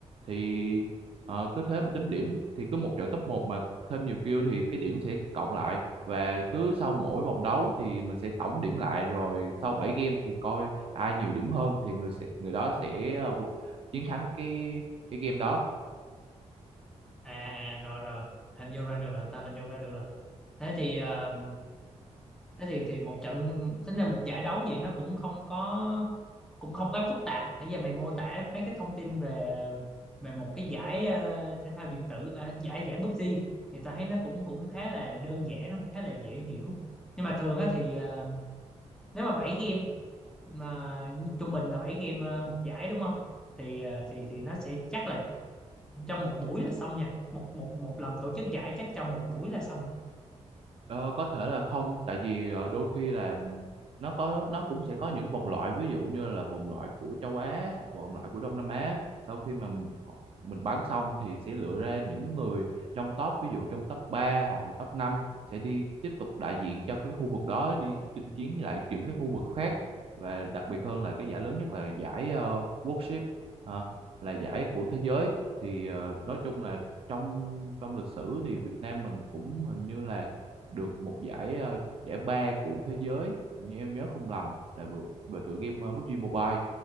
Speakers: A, on the right (about 50°); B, in the centre.
A: thì Ờ, cứ thế mà tính điểm thì cứ một trận top một mà thêm nhiều kill thì cái điểm sẽ cộng lại và cứ sau mỗi vòng đấu thì mình sẽ tổng điểm lại rồi sau 7 game thì coi ai nhiều điểm hơn thì người sẽ, người đó sẽ ờ, vô- chiến thắng cái cái game đó
B: à, à rồi rồi hình dung ra được rồi ta hình dung ra được rồi thế thì ờ, thế thì thì một trận tính là một giải đấu vậy nó cũng không có cũng không có phức tạp nãy giờ mày mô tả mấy cái thông tin về về một cái giải ờ, thể thao điện tử ờ, giải giải PUBG thì ta thấy nó cũng cũng khá là đơn giản nó cũng khá là dễ hiểu nhưng mà thường á thì ờ, nếu mà bảy game mà trung bình là 7 game ờ, một giải đúng không thì ờ, thì thì nó sẽ chắc là trong một buổi là xong nha một một một lần tổ chức giải chắc trong một buổi là xong rồi
A: Ờ, có thể là không tại vì ờ, đôi khi là nó có nó cũng sẽ có những vòng loại ví dụ như là vòng loại của châu Á hoặc vòng loại của Đông Nam Á sau khi mà m- họ- mình bán xong thì sẽ lựa ra những người trong top ví dụ trong top 3 hoặc là top năm sẽ đi tiếp tục đại diện cho cái khu vực đó đi chinh chiến với lại những cái khu vực khác và đặc biệt hơn là cái giải lớn nhất là giải ờ, World Ship ờ, là giải của thế giới thì ờ, nói chung là trong trong lịch sử thì Việt Nam mình cũng hình như là được một giải ờ, giải ba của thế giới hình như em nhớ không lầm là về, về tựa game ờ, PUBG Mobile